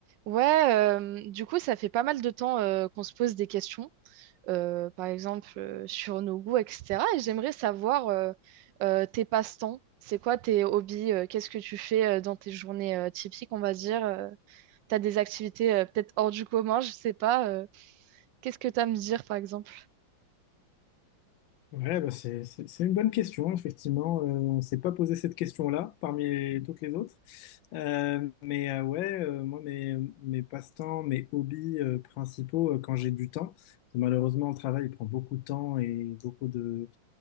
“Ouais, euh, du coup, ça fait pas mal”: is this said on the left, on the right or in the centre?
Right